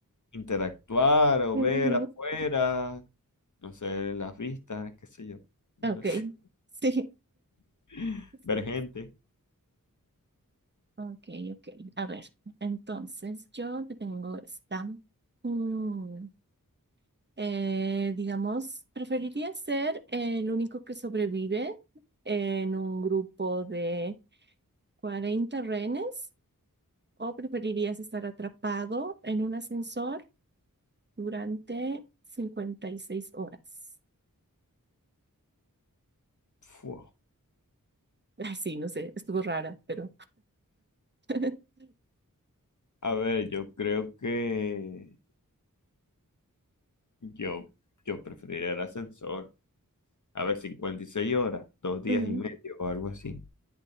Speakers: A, on the left; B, on the right.
A: interactuar o
B: ujú.
A: ver afuera, no sé, las vistas, qué sé yo. No
B: Ok,
A: sé.
B: sí.
A: <laughs> Ver
B: Sí.
A: gente.
B: Ok, ok. A ver, entonces yo te tengo esta. Mm, eh, digamos, preferiría ser el único que sobrevive en un grupo de 40 rehenes o preferirías estar atrapado en un ascensor durante 56 horas.
A: Fua.
B: <laughs> Ay, sí, no sé, estuvo rara, pero... <laughs>
A: A ver, yo creo que yo, yo preferiría el ascensor. A ver, 56 horas, dos días
B: Ujú,
A: y medio o algo así.